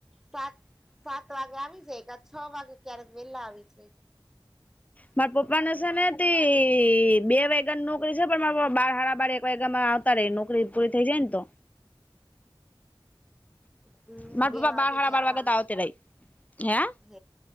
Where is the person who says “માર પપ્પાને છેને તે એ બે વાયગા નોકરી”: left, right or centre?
Left